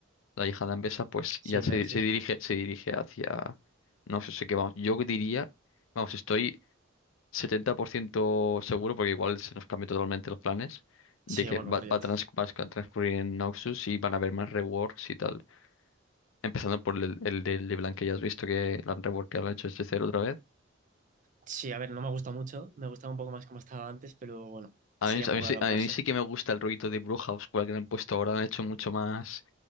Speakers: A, on the left; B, on the right.
A: la hija de Ambessa, pues
B: Sí,
A: ya se,
B: Mel, sí.
A: se dirige, se dirige hacia. No sé, sé qué vamos. Yo diría, vamos, estoy 70% seguro, porque igual se nos cambian totalmente los planes, de
B: Sí,
A: que
B: bueno,
A: va,
B: Riot.
A: va a, trans- va a sca- transcurrir en Noxus y van a haber más reworks y tal. Empezando por el, el de LeBlanc que ya has visto que lo han reworked, lo han hecho desde cero otra vez.
B: Sí, a ver, no me gusta mucho, me gustaba un poco más como estaba antes, pero bueno,
A: A
B: sería
A: mí, a
B: un
A: mí,
B: poco
A: sí,
B: adaptarse.
A: a mí sí que me gusta el rollito de Brewhouse, cual que le han puesto ahora, lo han hecho mucho más,